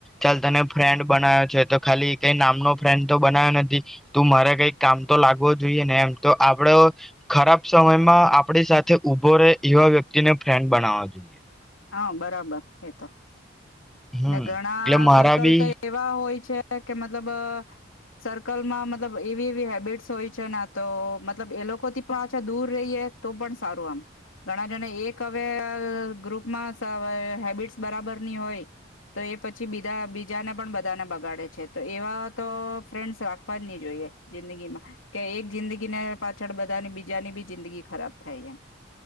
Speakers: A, in the centre; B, on the left (about 85°).
A: ચાલ તને ફ્રેન્ડ બનાવ્યો છે, તો ખાલી તે નામનો ફ્રેન્ડ તો બનાવ્યો નથી, તું મારે કઈ કામ તો લાગવો જોઈએ ને એમ તો આપડો ખરાબ સમયમાં આપણી સાથે ઉભો રહે એવા વ્યક્તિને ફ્રેન્ડ બનાવવા જોઈએ.
B: હા બરાબર એ તો
A: હમ
B: ને ઘણા
A: એટલે મારા
B: સર્કલ
A: બી
B: તો એવા હોય છે કે, મતલબ સર્કલમાં મતલબ એવી એવી હેબિટસ હોય છે, ના તો મતલબ એલોકોથી પણ છે દૂર રહીએ તો પણ સારું આમ ઘણા જને એક હવે ગ્રુપ હેબિટસ બરાબર નઇ હોય, તો એ પછી બીજા બીજાને પણ બધાને બગાડે છે, તો એવા તો ફ્રેન્ડ્સ રાખવા જ નહી જોઈએ, જિંદગીમાં કે એક જિંદગીને પાછળ બધાની બીજાની બી જિંદગી ખરાબ થાય, એમ